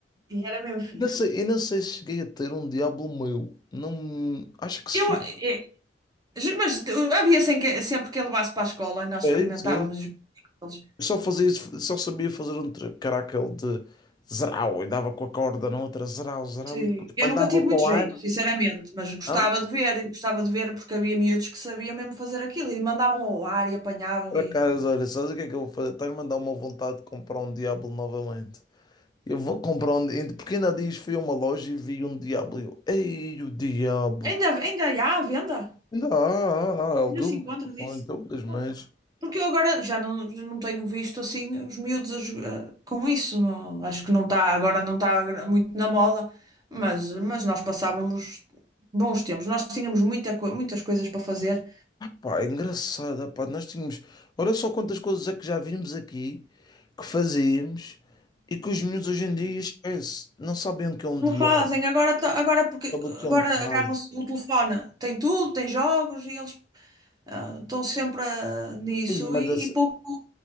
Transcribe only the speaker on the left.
Não sei, eu não sei se cheguei a ter um Diablo meu. Não, me- acho que cheguei.
É
isso,
Eu só fazia, só sabia fazer um tra- caracal de zerau e dava com a corda na outra zerau, zerau
e depois
mandava
para o
ar.
Não?
Para
casa, olha, sabes o que é que eu vou fazer? Estás-me a dar uma vontade de comprar um Diablo novamente. Eu vou comprar um. Di- Porque ainda há dias fui a uma loja e vi um Diablo. e Eu, ei, o Diablo!
Ainda há, há, há algumas,
não
são em todas, mas
Pá, é engraçada, pá, nós tínhamos. Olha só quantas coisas é que já vimos aqui, que fazíamos e que os miúdos hoje em dia esquece. Não sabem o que é um
diabo,
sabem o que
é um tarde.
Ei, mas
essa,